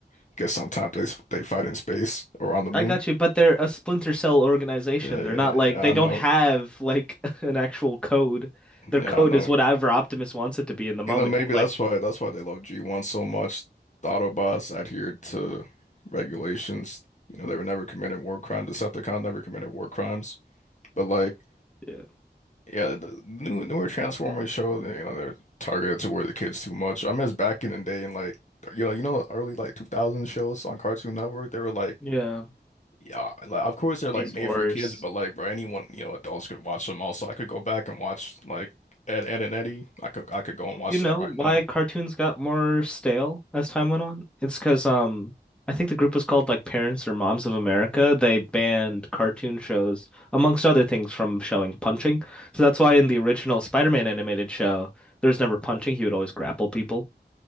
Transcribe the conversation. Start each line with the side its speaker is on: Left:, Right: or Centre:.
Left: because sometimes they s- they fight in space or on the moon.
Centre: I got you, but they're a splinter cell organization.
Left: Yeah,
Centre: They're
Left: yeah,
Centre: not like
Left: yeah.
Centre: they
Left: I
Centre: don't
Left: know.
Centre: have like <laughs> an actual code. Their
Left: Yeah,
Centre: code
Left: I know.
Centre: is whatever Optimus wants it to be in the moment.
Left: You know, maybe
Centre: He like
Left: that's why that's why they love G1 so much. The Autobots adhered to regulations. You know, they were never committing war crimes. Decepticon never committed war crimes. But like,
Centre: yeah.
Left: yeah, the new newer Transformers show, they- you know, they're targeted toward the kids too much. I miss back in the day and like, you know, you know, the early like 2000 shows on Cartoon Network. They were like
Centre: Yeah.
Left: Yeah, like of course they're like
Centre: Beast
Left: made
Centre: Wars.
Left: for kids, but like bro, anyone, you know, adults could watch them also. I could go back and watch like Ed, Ed and Eddie. I could I could go and watch
Centre: You know
Left: that right
Centre: why
Left: now.
Centre: cartoons got more stale as time went on? It's 'cause um I think the group was called like Parents or Moms of America. They banned cartoon shows, amongst other things, from showing punching. So that's why in the original Spider-Man animated show, there was never punching. He would always grapple people